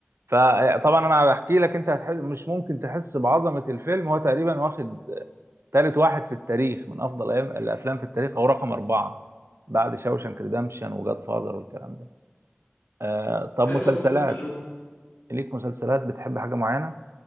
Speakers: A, on the right; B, on the left.
A: فطبعا انا بحكي لك انت هتحس مش ممكن تحس بعظمة الفيلم هو تقريبا واخد ثالث واحد في التاريخ من افضل أيام- الافلام في التاريخ او رقم أربعة بعد شاوشانك ريدمشن وجاد فاذر والكلام ده آه طب
B: حلو
A: مسلسلات
B: ممكن اشوف
A: ليك مسلسلات بتحب حاجة معينة